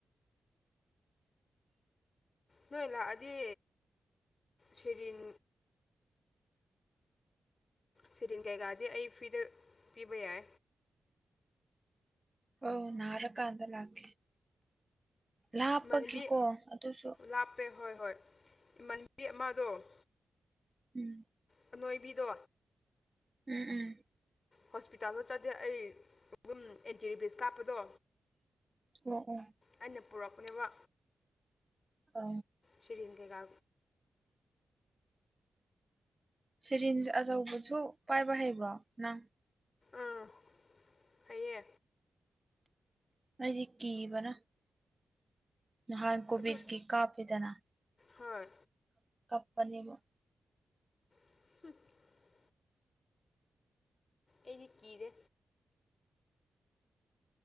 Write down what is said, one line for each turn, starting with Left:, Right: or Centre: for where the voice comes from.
Left: ꯅꯣꯏ ꯂꯥꯛꯑꯗꯤ ꯁꯦꯔꯤꯟ ꯁꯤꯦꯔꯤꯟ ꯀꯩꯀꯥꯗꯤ ꯑꯩ ꯐ꯭ꯔꯤꯗ ꯄꯤꯕ ꯌꯥꯏ
Right: ꯑꯧ ꯅꯥꯔꯀꯥꯟꯗ ꯂꯥꯛꯀꯦ ꯂꯥꯞꯄꯒꯤꯀꯣ
Left: ꯏꯃꯥꯟꯅꯕꯤ
Right: ꯑꯗꯨꯁꯨ
Left: ꯂꯥꯞꯄꯦ ꯍꯣꯏ ꯍꯣꯏ ꯏꯃꯥꯟꯕꯤ ꯑꯃꯗꯣ
Right: ꯎꯝ
Left: ꯅꯅꯣꯏꯕꯤꯗꯣ
Right: ꯎꯝ ꯎꯝ
Left: ꯍꯣꯁꯄꯤꯇꯥꯜꯗ ꯆꯠꯗꯦ ꯑꯩ ꯑꯗꯨꯝ ꯑꯦꯟꯇꯤꯕꯤꯁ ꯀꯥꯞꯄꯗꯣ
Right: ꯑꯣ ꯎꯝ
Left: ꯑꯩꯅ ꯄꯨꯔꯛꯄꯅꯦꯕ
Right: ꯑ
Left: ꯁꯤꯔꯤꯡ ꯀꯩꯀꯥ
Right: ꯁꯔꯤꯟꯁ ꯑꯆꯧꯕꯁꯨ ꯄꯥꯏꯕ ꯍꯩꯕ꯭ꯔꯣ ꯅꯪ
Left: ꯑꯥ ꯐꯌꯦ
Right: ꯑꯩꯗꯤ ꯀꯤꯕꯅ ꯅꯍꯥꯟ ꯀꯣꯚꯤꯠꯀꯤ
Left: ꯑꯗꯨ
Right: ꯀꯥꯞꯄꯤꯗꯅ
Left: ꯍꯣꯏ
Right: ꯀꯥꯞꯄꯅꯦꯕ
Left: inaudible ꯑꯩꯗꯤ ꯀꯤꯗꯦ